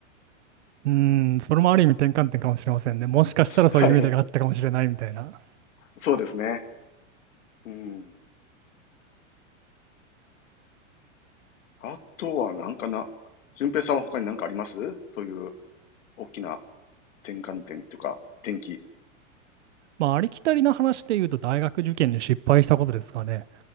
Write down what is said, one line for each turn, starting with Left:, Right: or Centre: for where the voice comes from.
Right: うーん、それもある意味転換点かもしれませんね。もしかしたらそういう意味でがあったかもしれないみたいな。
Left: はい。そうですね。うん。あとはなんかな、順平さんは他に何かありますそういう大きな転換点というか、転機。
Right: まあ、ありきたりな話で言うと、大学受験に失敗したことですかね。